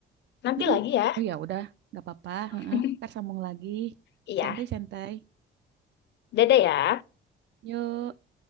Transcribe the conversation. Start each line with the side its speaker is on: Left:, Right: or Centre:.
Left: Nanti
Right: mm
Left: lagi ya.
Right: Oh ya udah, nggak apa-apa.
Left: <laughs>
Right: Heeh. Ntar sambung lagi.
Left: Iya,
Right: Santai-santai.
Left: dadah ya.
Right: Yuk.